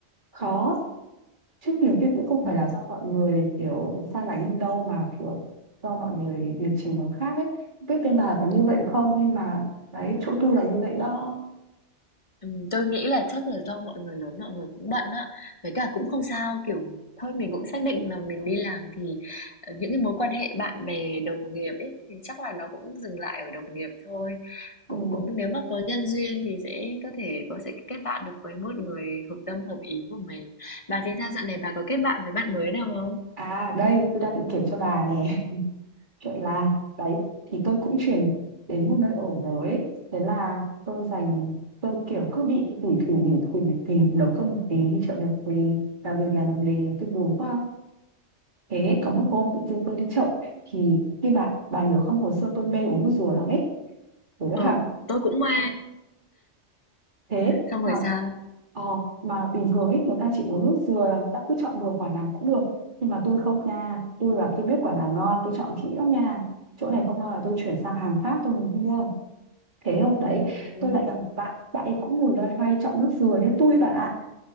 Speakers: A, on the right; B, on the left.
A: khó Trước nhiều khi cũng không phải
B: ừm.
A: là do mọi người kiểu xa lánh mình đâu mà kiểu do mọi người lịch trình nó khác ấy. Không biết bên bà có như vậy không nhưng mà đấy chỗ tôi là như vậy đó.
B: Ừm, tôi nghĩ là chắc là do mọi người lớn mọi người cũng bận á, với cả cũng không sao, kiểu, thôi mình cũng xác định là mình đi làm thì, ờ, những cái mối quan hệ bạn bè, đồng nghiệp ấy, thì chắc là nó cũng dừng lại ở đồng nghiệp thôi.
A: Ừ.
B: Cũng cũng nếu mà có nhân duyên thì sẽ có thể có sẽ kết bạn được với một người hợp tâm, hợp ý của mình. Bà thì sao dạo này bà có kết bạn với bạn mới nào không?
A: À đây tôi đang định kể cho bà nè. <laughs> Chuyện là đấy thì tôi cũng chuyển đến một nơi ở mới. Thế là tôi dành tôi kiểu cứ bị tủi thủi nhủi thủi nhủi thủi nấu cơm một tí đi chợ một tí làm việc làm một mình tôi buồn quá. Thế có một hôm tự dưng tôi đi chợ thì như bà bà nhớ không hồi xưa tôi mê uống nước dừa lắm ấy Đấy là
B: Ừ, tôi cũng
A: Ờ.
B: mê.
A: thế
B: Xong
A: mà
B: rồi sao?
A: ờ, mà bình thường ấy người ta chỉ uống nước dừa là người ta cứ chọn bừa quả nào cũng được nhưng mà tôi không nha tôi là tôi biết quả nào ngon tôi chọn kỹ lắm nha chỗ này không ngon là tôi chuyển sang hàng Pháp tôi mới mua thế hôm đấy
B: Ừm,
A: tôi lại gặp một bạn bạn ấy cũng ngồi loay hoay chọn nước dừa như tôi bạn ạ